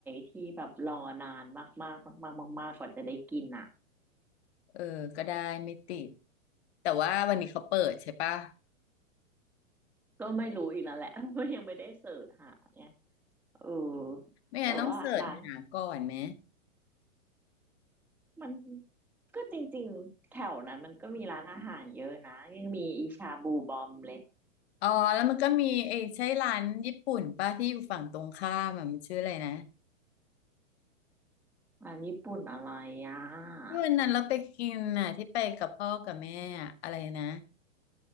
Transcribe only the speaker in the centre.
ที่แบบรอนานมากๆมากๆมากๆมากกว่าจะได้กินอ่ะ
ก็ไม่รู้อีกนั่นแหละ <laughs> เพราะยังไม่ได้เสิร์ชหาไงเออ
แต่ว่าร้านมันก็จริงๆแถวนั้นมันก็มีร้านอาหารเยอะนะยังมีอีชาบูบอมเลย
ร้านญี่ปุ่นอะไรอ่ะ